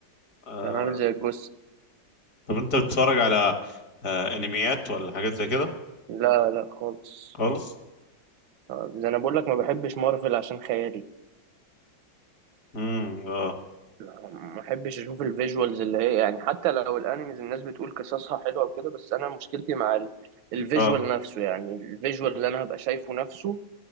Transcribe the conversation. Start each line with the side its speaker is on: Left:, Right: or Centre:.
Left: آه
Right: كان عامل زي الجثه
Left: طب أنت بتتفرج على آه أنميات ولا حاجات زي كده
Right: لا لا خالص
Left: خالص؟
Right: آه، ده انا بقول لك ما بحبش مارفل عشان خيالي
Left: امم اه
Right: ما ما بحبش اشوف الفيجوالز اللي هي يعني حتى لو الانيميز الناس بتقول قصصها حلوه وكده بس انا مشكلتي مع ال- الفيجوال
Left: اه
Right: نفسه يعني الفيجوال اللي انا هبقى شايفه نفسه